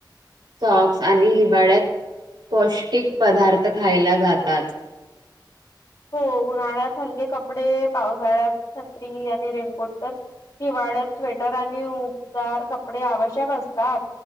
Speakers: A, on the right; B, on the left.
A: सॉक्स आली वाढत पौष्टिक पदार्थ खायला जातात
B: हो उन्हाळ्यात हलके कपडे पावसाळ्यात छत्री आणि रेनकोट तर हिवाळ्यात स्वेटर आणि उबदार कपडे आवश्यक असतात